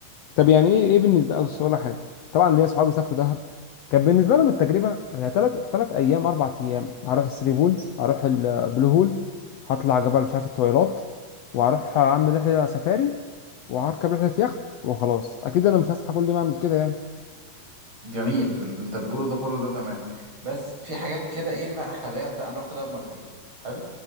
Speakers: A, on the left; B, on the right.
A: طب يعني ايه ايه بالنسبه لي اقول لك حاجه طبعا ليا اصحابي سافروا دهب كان بالنسبه لهم التجربه ثلاث ثلاث ايام اربع ايام هروح الثري بولز هروح البلو هول هطلع جبل مش عارف الطويلات وهروح اعمل رحله سفاري وهركب رحله يخت وخلاص اكيد انا مش هصحى كل يوم اعمل كده يعني
B: جميل اللي أنت بتقوله ده كله ده تمام بس في حاجات كده إيه بقى خبايا في ده أنا رحت دهب مرتين حلو